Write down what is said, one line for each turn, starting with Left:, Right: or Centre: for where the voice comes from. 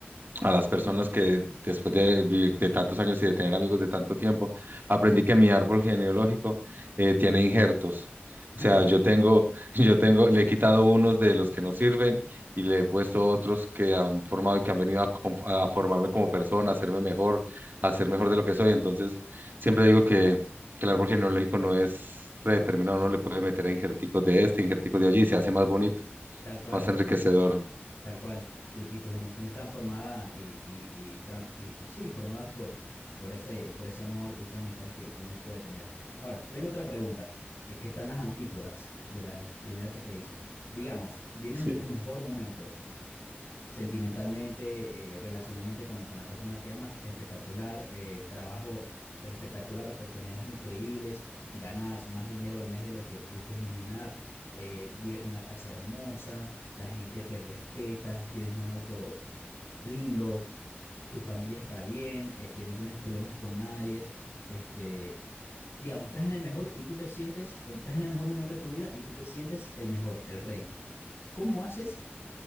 Right: a las personas que después de vivir de tantos años y de tener amigos de tanto tiempo, aprendí que mi árbol genealógico eh, tiene injertos.
Left: <laughs>
Right: O sea, yo tengo, <laughs> yo tengo, le he quitado unos de los que no sirven y le he puesto otros que han formado y que han venido a, com- a formarme como persona, a hacerme mejor, a ser mejor de lo que soy. Entonces, siempre digo que, que el árbol genealógico no es predeterminado, uno le puede meter injerticos de este, injerticos de allí y se hace más bonito,
Left: Tal cual.
Right: más enriquecedor.
Left: Tal cual. Tu- y tus emociones están formadas y, y, y, tra- y- y sí, formadas por, por ese, por ese amor y esa amistad que, que uno puede tener. Ahora, tengo otra pregunta, es que están las antípodas de la primera que te hice. Digamos, vienes
Right: Sí.
Left: de tu mejor momento sentimentalmente, eh, relacionalmente con, con la persona que amas, espectacular, eh, trabajo espectacular, oportunidades increíbles, ganas más dinero al mes de lo que pudiste imaginar, eh, vives en una casa hermosa, la gente te respeta, tienes un auto lindo, tu familia está bien, este, no tienes problemas con nadie, este, digamos, estás en el mejor y tú te sientes, estás en el mejor momento de tu vida y tú te sientes el mejor, el rey. ¿Cómo haces